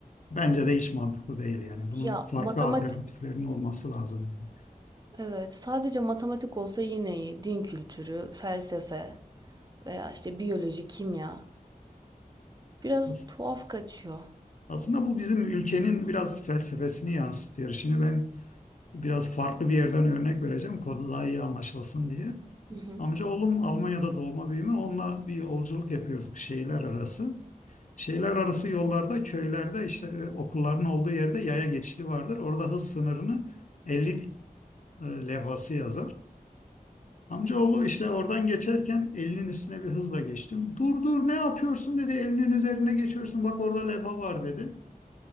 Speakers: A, on the left; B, on the right.
A: bence de hiç mantıklı değil yani. Bunun
B: Ya
A: farklı
B: matematik
A: alternatiflerinin olması lazım yani.
B: evet sadece matematik olsa yine iyi. Din kültürü, felsefe veya işte biyoloji, kimya biraz
A: As-
B: tuhaf kaçıyor.
A: Aslında bu bizim ülkenin biraz felsefesini yansıtıyor. Şimdi ben biraz farklı bir yerden örnek vereceğim konu daha iyi anlaşılsın diye.
B: Hı hı.
A: Amcaoğlum Almanya'da doğma büyüme onunla bir yolculuk yapıyorduk şehirler arası. Şehirler arası yollarda, köylerde işte e, okulların olduğu yerde yaya geçidi vardır. Orada hız sınırını 50 e, levhası yazar. Amcaoğlu işte oradan geçerken elinin üstüne bir hızla geçtim. Dur dur ne yapıyorsun dedi. Elinin üzerine geçiyorsun bak orada levha var dedi.